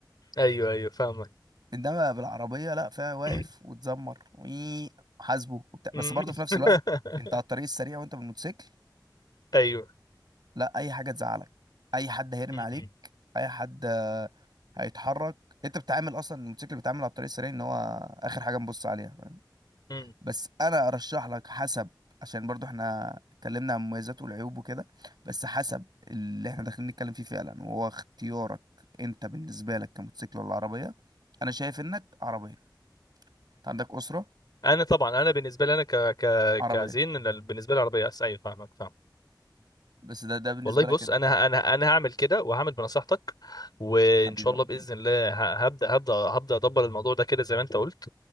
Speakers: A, on the left; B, on the right.
A: ايوه ايوه فاهمك
B: انما بالعربيه لا فيها واقف
A: <clears throat>
B: وتزمر وي- حاسبه وبتاع
A: <laughs>
B: بس برضه في نفس الوقت انت على الطريق السريع وانت بالموتوسيكل
A: ايوه
B: لا اي حاجه تزعلك اي حد هيرمي
A: مم.
B: عليك اي حد آه، هيتحرك انت بتتعامل اصلا الموتوسيكل بيتعامل على الطريق السريع ان هو اخر حاجه نبص عليها فاهم؟
A: مم.
B: بس انا ارشح لك حسب عشان برضه احنا اتكلمنا عن مميزاته والعيوب وكده بس حسب اللي احنا داخلين نتكلم فيه فعلا وهو اختيارك انت بالنسبه لك كموتوسيكل ولا عربيه انا شايف انك عربيه انت عندك اسره
A: انا طبعا انا بالنسبه لي انا ك ك
B: عربية
A: كزين إن بالنسبه لي العربيه احسن ايوه فاهمك فاهمك
B: بس ده ده بالنسبة
A: والله
B: لك
A: بص
B: انت
A: انا انا انا هعمل كده وهعمل بنصيحتك وان
B: حبيبي
A: شاء
B: ابو
A: الله باذن الله ه- هبدا هبدا هبدا ادبر الموضوع ده كده زي ما انت قلت